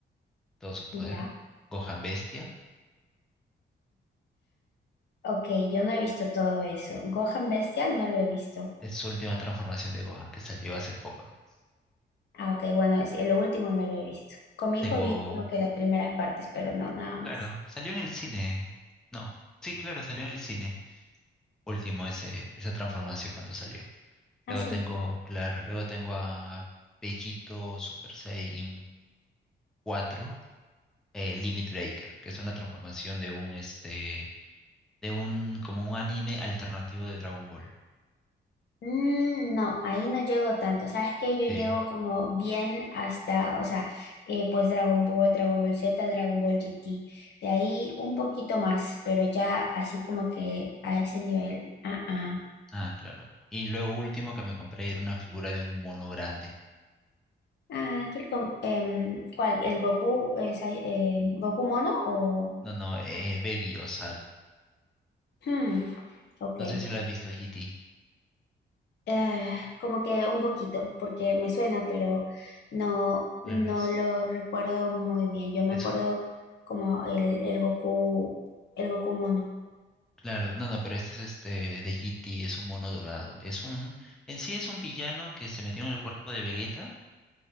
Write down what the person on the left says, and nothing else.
ya.
Ok, yo no he visto todo eso. Gohan Bestia no lo he visto.
Ah, ok, bueno, es- lo último no lo he visto. Con mi
hijo vi como que las primeras partes, pero no, nada más.
Ah,
sí.
Mm, no, ahí no llego tanto. Sabes que yo
llego como bien hasta, o sea, eh, pues Dragon Ball, Dragon Ball Z, Dragon Ball GT. De ahí un poquito más, pero ya así como que a ese nivel. Ah, ah.
Ah, ¿qué con- em, ¿cuál? ¿El Goku, es, ahí, em, Goku mono o...?
Hmm, ok.
Eh, como que un poquito, porque me suena, pero no,
no
lo recuerdo muy bien. Yo me
acuerdo
como el, el Goku, el Goku mono.